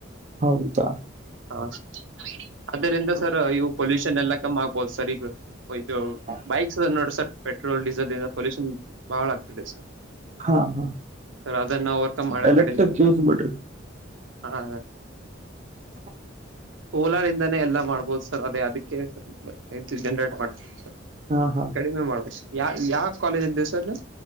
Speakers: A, on the right; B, on the right.
A: ಹೌದಾ
B: ಹ. ಅದರಿಂದ ಸರ್ ಇವು ಪೊಲ್ಯೂಷನ್ ಎಲ್ಲಾ ಕಮ್ಮ್ ಆಗ್ಬೋದು ಸರ್ ಈಗ. ಇದು
A: ಹ
B: ಬೈಕ್ಸ್ ನೋಡ್ರ ಸರ್ ಪೆಟ್ರೋಲ್ ಡೀಸೆಲ್ಿಂದ ಪೊಲ್ಯೂಷನ್ ಬಹಳ ಆಗ್ತದೆ ಸರ್.
A: ಹಾ ಹಾ.
B: ಸರ್ ಅದನ್ನ ಓವರ್ಕಮ್ ಮಾಡಕ್
A: ಎಲೆಕ್ಟ್ರಿಕ್
B: ಕಡಿಂದ ಸರ್
A: ಯೂಸ್ ಬಿಡ್ರಿ
B: ಹಾ.
A: <inaudible>
B: ಸೋಲಾರ್ಂದನೇ ಎಲ್ಲ ಮಾಡ್ಬೋದು ಸರ್ ಅದೇ ಅದಕ್ಕೆ ಹೆಚ್ಚ ಜನ್ರೇಟ್ ಮಾಡತಿವಿ ಸರ್
A: ಹಾ ಹಾ
B: ಕಡಿಮೆ ಮಾಡುವ ಯಾ ಯಾವ ಕಾಲೇಜ್ ಅಂದೇ ಸರ್ ನೀವು.